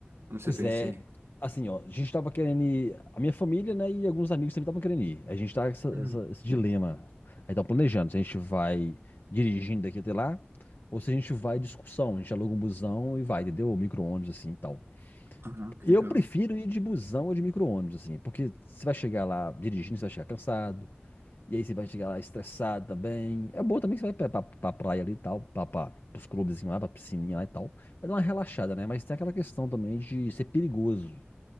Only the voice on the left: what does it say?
Pois
é.
Assim, ó, a gente tava querendo ir. A minha família, né, e alguns amigos também estavam querendo ir. A gente tá com essa-
essa- esse dilema. Aí tá planejando se a gente vai dirigindo daqui até lá, ou se a gente vai em discussão. A gente aluga um busão e vai, entendeu? Ou micro-ônibus, assim e tal.
Eu
prefiro ir de busão ou de micro-ônibus, assim, porque você vai chegar lá dirigindo, você vai chegar cansado, e aí você vai chegar lá estressado também. É bom também que você vai pra, pra, pra praia ali e tal, pra, pra, pros clubes assim, lá, pra piscininha lá e tal. Vai dar uma relaxada, né? Mas tem aquela questão também de ser perigoso.